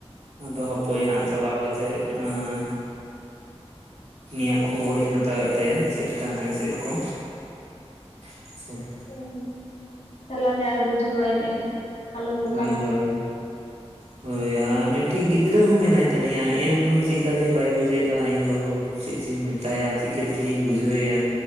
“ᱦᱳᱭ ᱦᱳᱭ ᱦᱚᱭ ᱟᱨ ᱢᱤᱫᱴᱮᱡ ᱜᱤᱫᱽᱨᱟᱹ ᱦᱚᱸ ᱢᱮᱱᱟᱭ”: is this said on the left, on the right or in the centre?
Right